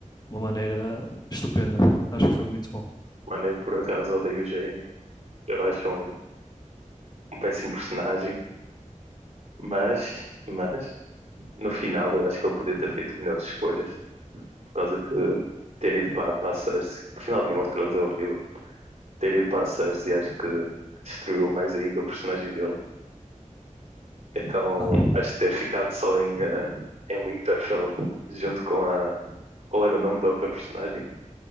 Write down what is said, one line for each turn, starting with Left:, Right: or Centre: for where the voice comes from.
Left: uma maneira estupenda. Acho que foi muito bom.
Right: mano, eu por acaso odeio o Jaime. Eu acho um, um péssimo personagem, mas, mas no final eu acho que ele podia ter feito melhores escolhas, por causa que ter ido para, para a Cersei, no final de Game of Thrones é horrível. Ter ido para a Cersei acho que destruiu mais ainda o personagem dele. Então,
Left: Ah,
Right: acho que ter ficado só em, eh, em Winterfell, junto com a. Qual era o nome da outra personagem?